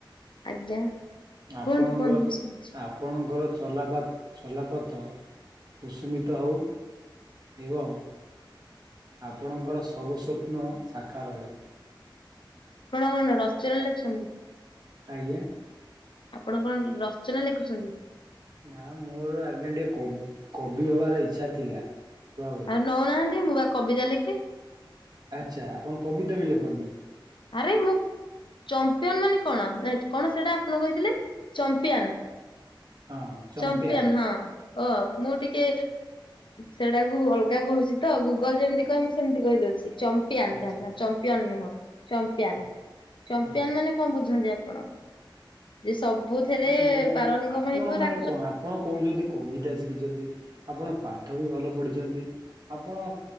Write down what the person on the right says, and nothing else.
ଆପଣଙ୍କର
ଆପଣଙ୍କର ଚଲାପ ଚଲାପଥ କୁସୁମିତ ହଉ। ଏବଂ ଆପଣଙ୍କର ସବୁ ସ୍ୱପ୍ନ ସାକାର ହେଉ।
ଆଜ୍ଞା।
ନା ମୋର ଆଜ୍ଞା ଟିକେ କବି ହବାର ଇଚ୍ଛା ଥିଲା ଛୁଆ
ଆଚ୍ଛା ଆପଣ କବିତା ବି ଲେଖନ୍ତି।
ହଁ ଚମ୍ପିଆନ
ଆଚ୍ଛା
ହଁ
ହଁ
ହଁ।
ମାନେ ମୁଁ
ଆପଣ
ମାନେ
କଣ ଆପଣ କହୁଛନ୍ତି କବିତା ଶିଖିଛନ୍ତି ଆପଣ ପାଠ ବି ଭଲ ପଢ଼ିଛନ୍ତି। ଆପଣ